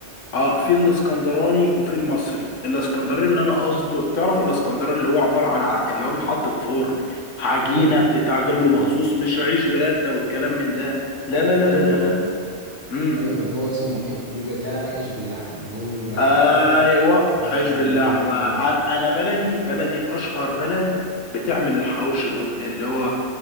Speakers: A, on the left; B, on the right.
A: اه في الاسكندراني وفي المصري الاسكندراني اللي انا قصده تعرف الاسكندراني اللي هو عباره عن ع... اللي هو بيتحط في فرن عجينه
B: ايوه
A: بتتعجن له مخصوص
B: ايوه
A: مش عيش برده والكلام من ده لا لا لا
B: ايوه
A: لا لا لا امم
B: ايوه اللي هو اسمه عيش- بيبقى اتقال عليه عيش باللحمه اللي هو بيبقى
A: ايوه
B: ابيض
A: عيش باللحمه
B: وجواه أبيض
A: ع-
B: تاني
A: انا بلدي بلدي اشهر بلد بتعمل الحواوشي اللي اللي هو